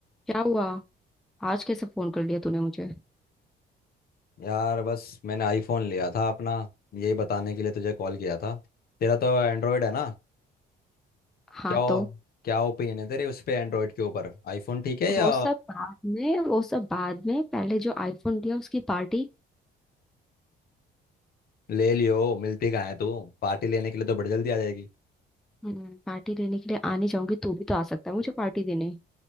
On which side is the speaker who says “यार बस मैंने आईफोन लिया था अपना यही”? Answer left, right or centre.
Left